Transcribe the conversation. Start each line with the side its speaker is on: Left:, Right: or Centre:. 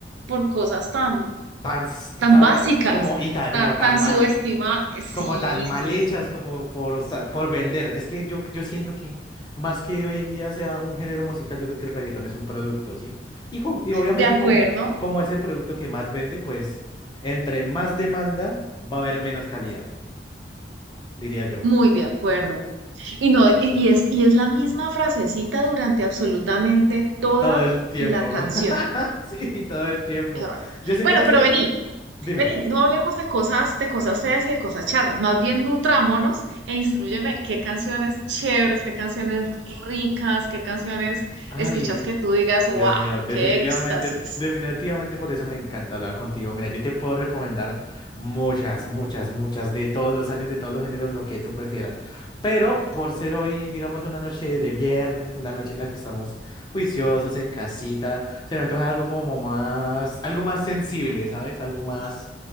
Right: por cosas tan,
Left: tan, s-
Right: tan
Left: tan-
Right: básicas,
Left: como, y ta-
Right: tan,
Left: como tan
Right: tan
Left: mal.
Right: subestimadas. Sí,
Left: como tan mal
Right: sí,
Left: hechas
Right: sí.
Left: como por, o sea, por vender. Es que yo, yo siento que más que hoy en día sea un género musical, yo creo que el reggaetón es un producto, ¿sí? Y, co- y obviamente
Right: De acuerdo,
Left: como, como es el producto que más vende, pues entre más demanda va a haber menos calidad, diría yo.
Right: muy de acuerdo. Y no, y y es, y es la misma frasecita durante absolutamente toda
Left: Todo el tiempo.
Right: la canción.
Left: <laughs> Sí, todo el tiempo.
Right: Claro.
Left: Yo sé
Right: Bueno,
Left: que no
Right: pero
Left: se...
Right: vení,
Left: Dime.
Right: vení, no hablemos de cosas, de cosas feas y de cosas charras. Más bien nutrámonos e instrúyeme qué canciones chéveres, qué canciones ricas, qué canciones
Left: Ay.
Right: escuchas que tú digas,
Left: Dios
Right: wow,
Left: mío, definitivamente,
Right: qué éxtasis.
Left: definitivamente por eso me encanta hablar contigo. Mira, yo te puedo recomendar muchas, muchas, muchas de todos los años, de todos los géneros, lo que tú prefieras. Pero por ser hoy, digamos, una noche de viernes, una noche en la que estamos juiciosos en casita, se me antoja algo como más, algo más sensible, ¿sabes? Algo más